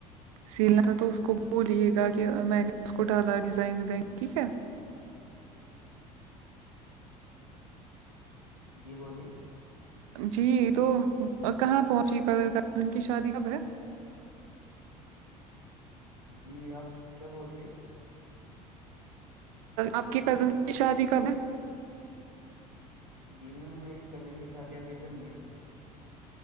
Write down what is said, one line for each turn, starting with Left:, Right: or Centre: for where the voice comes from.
Right: سیلنا تھا تو اس کو بولیے گا کہ میں نے اس کو ڈالا ڈیزائن ویزائن ٹھیک ہے
Left: <unintelligible> جی بولیے
Right: جی تو کہاں پہنچی کزن کی شادی کب ہے
Left: جی آپ کیا بول رہی
Right: آپ کی کزن کی شادی کب ہے
Left: جی میم میری کزن کی شادی ابھی تو نہیں ہے